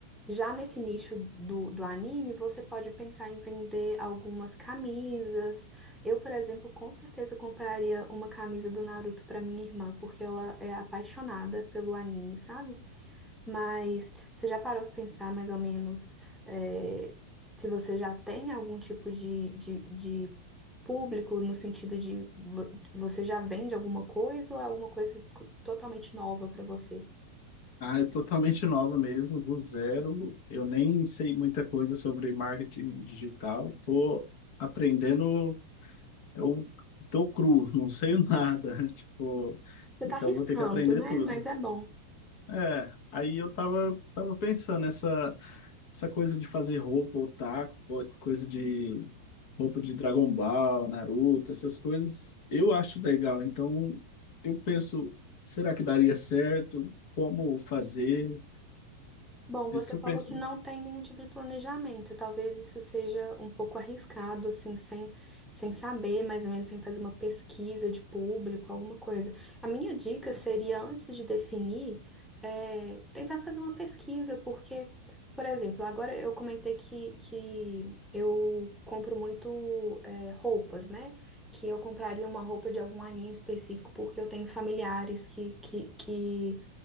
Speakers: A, in the centre; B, on the left (about 55°).
A: Já nesse nicho do, do anime, você pode pensar em vender algumas camisas. Eu, por exemplo, com certeza compraria uma camisa do Naruto para minha irmã, porque ela é apaixonada pelo anime, sabe? Mas você já parou para pensar mais ou menos é, se você já tem algum tipo de, de, de público no sentido de vo- você já vende alguma coisa ou é alguma coisa co- totalmente nova para você?
B: Ah, eu totalmente nova mesmo, do zero. Eu nem sei muita coisa sobre marketing digital. Tô aprendendo, eu tô cru, <laughs> não sei nada. <laughs> Tipo,
A: Você
B: então
A: tá arriscando,
B: vou ter que aprender
A: né?
B: tudo.
A: Mas é bom.
B: É, aí eu tava, tava pensando essa Essa coisa de fazer roupa, otaku, co- coisa de roupa de Dragon Ball, Naruto, essas coisas, eu acho legal. Então, eu penso, será que daria certo? Como fazer?
A: Bom,
B: É
A: você
B: isso que eu
A: falou
B: pensei.
A: que não tem nenhum tipo de planejamento. Talvez isso seja um pouco arriscado, assim, sem, sem saber, mais ou menos, sem fazer uma pesquisa de público, alguma coisa. A minha dica seria, antes de definir, é, tentar fazer uma pesquisa, porque, por exemplo, agora eu comentei que, que eu compro muito, é, roupas, né? Que eu compraria uma roupa de algum anime específico, porque eu tenho familiares que, que, que